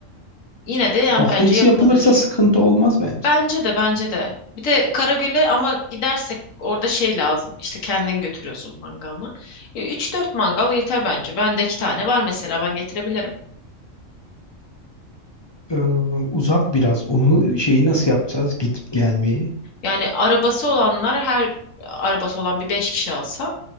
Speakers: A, on the left; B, on the left.
A: e, yine de yani
B: Hafta
A: bence
B: içi
A: yapılabilir.
B: yapılırsa sıkıntı olmaz bence.
A: Bence de bence de. Bir de Karagöl'e ama gidersek orada şey lazım. İşte kendin götürüyorsun mangalını. E, Üç dört mangal yeter bence. Bende iki tane var mesela ben getirebilirim.
B: Ee, uzak biraz. Onu şeyi nasıl yapacağız? Gidip gelmeyi.
A: Yani arabası olanlar her arabası olan bir 5 kişi alsa.